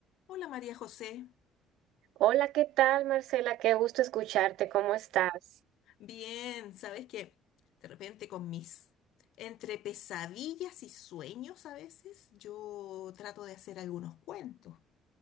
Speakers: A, on the left; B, on the right.
A: Hola María José,
B: Hola, ¿qué tal, Marcela? Qué gusto escucharte. ¿Cómo estás?
A: bien, ¿sabes que De repente con mis, entre pesadillas y sueños a veces, yo trato de hacer algunos cuentos.